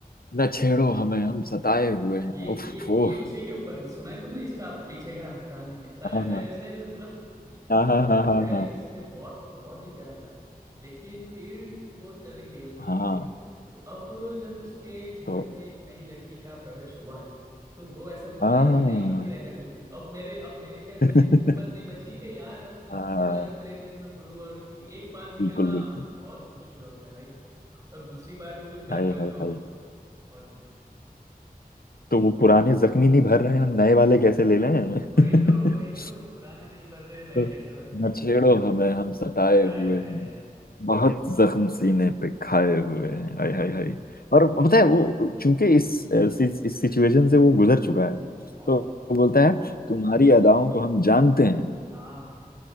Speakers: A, on the left (about 70°); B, on the right (about 20°).
A: न छेड़ो हमें हम सताए हुए हैं
B: ये
A: उफ
B: ये
A: ओह
B: ये उसी के ऊपर सुना है तुमने इसका पीछे का कहानी ऐसा लगता
A: हाँ
B: है
A: हाँ
B: जैसे मतलब उसको
A: हाँ
B: बंदे
A: हाँ हाँ
B: को पहले
A: हाँ
B: किसी से बहुत बहुत ही प्यार था लेकिन फिर वो चली गई उसको छोड़
A: हाँ
B: के तो अब जब उसके जीवन
A: तो
B: में एक नई लड़की का प्रवेश हुआ है तो वो ऐसे बोल
A: हाँ
B: रहा है कि नहीं अभी रहने दो तुम अब मेरे अब मेरे के अंदर
A: <laughs>
B: इतनी हिम्मत नहीं बची कि यार अब मैं
A: हाँ,
B: दूसरी बार प्रेम में, में पड़ूं और क्योंकि एक बार निकलना
A: बिल्कुल बिल्कुल
B: बहुत मुश्किल होता है भाई अब दूसरी बार भी तुम कर
A: हाय
B: रहे हो
A: हाय
B: तो
A: हाय
B: बहुत
A: तो वो पुराने जख्मी नहीं भर रहे हैं, हम नए वाले कैसे ले लें
B: वही
A: <laughs>
B: तो वही तो पुराने नहीं भर रहे नए
A: तो
B: कैसे भर
A: न छेड़ो हमें हम सताए
B: आए
A: हुए
B: हुए
A: हैं
B: हैं
A: बहुत जख्म सीने पे खाए हुए हैं हाय हाय हाय और पता है वो चूंकि इस इस सिचुएशन से वो गुजर चुका है
B: और
A: तो वो बोलता है तुम्हारी अदाओं को हम जानते हैं
B: हाँ